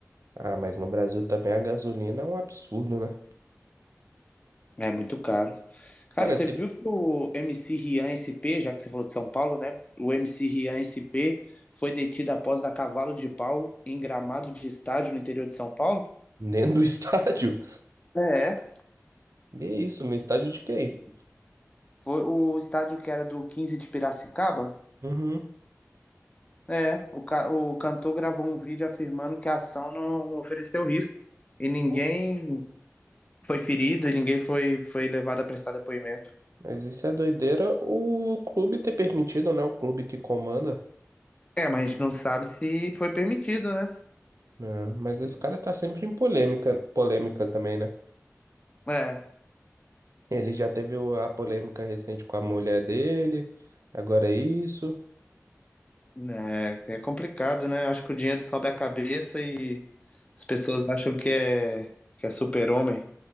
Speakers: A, on the right; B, on the left.
A: Ah, mas no Brasil também a gasolina é um absurdo, né?
B: É muito caro. Cara,
A: Cara,
B: você
A: você...
B: viu que o MC Rian SP, já que você falou de São Paulo, né? O MC Rian SP foi detido após dar cavalo de pau em gramado de estádio no interior de São Paulo?
A: dentro do <laughs> estádio?
B: É,
A: E É isso, no estádio de quem?
B: foi o estádio que era do 15 de Piracicaba,
A: Uhum.
B: É, o, ca- o cantor gravou um vídeo afirmando que a ação não ofereceu risco e ninguém
A: Pô,
B: foi ferido e ninguém foi, foi levado a prestar depoimento.
A: Mas isso é doideira o clube ter permitido, né? O clube que comanda.
B: É, mas a gente não sabe se foi permitido, né?
A: né? Mas esse cara tá sempre em polêmica, polêmica também, né?
B: É,
A: Ele já teve o- a polêmica recente com a mulher dele, agora é isso.
B: né, é complicado, né? Acho que o dinheiro sobe a cabeça e as pessoas acham que é, que é super-homem.